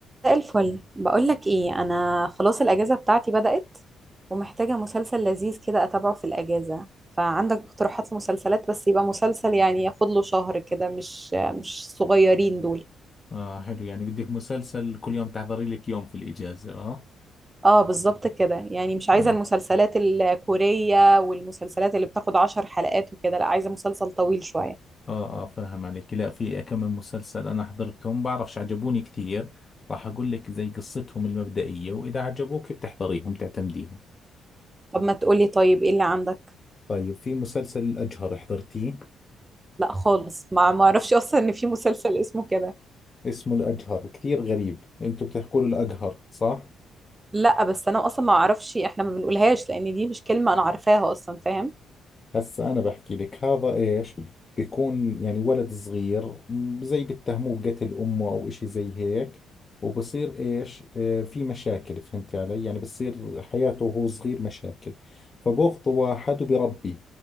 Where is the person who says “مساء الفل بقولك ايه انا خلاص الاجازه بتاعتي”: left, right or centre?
Right